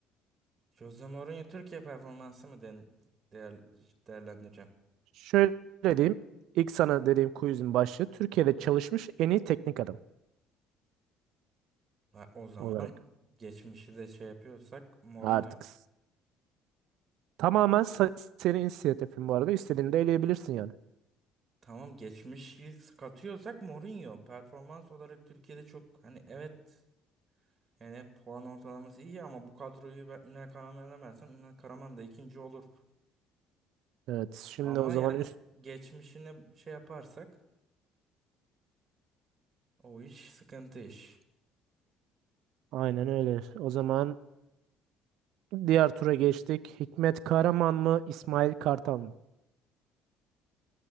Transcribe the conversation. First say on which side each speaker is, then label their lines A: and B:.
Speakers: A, on the right; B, on the right.
A: Jose Mourinho Türkiye performansı mı de- değer, değerlendireceğim?
B: Şöyle diyeyim. İlk sana dediğim quizin başlığı Türkiye'de çalışmış en iyi teknik adam
A: Ha, o zaman
B: olarak.
A: geçmişi de şey yapıyorsak Mourinho.
B: Artık. Tamamen sa- senin inisiyatifin bu arada. İstediğini de eleyebilirsin yani.
A: Tamam geçmişi katıyorsak Mourinho. Performans olarak Türkiye'de çok hani evet yani puan ortalaması iyi ama bu kadroyu ben Ünal Karaman'a versen Ünal Karaman da ikinci olur.
B: Evet, şimdi
A: Ama
B: o zaman
A: yani
B: üst...
A: geçmişini şey yaparsak o iş sıkıntı iş.
B: Aynen öyle. O zaman diğer tura geçtik. Hikmet Karaman mı, İsmail Kartal mı?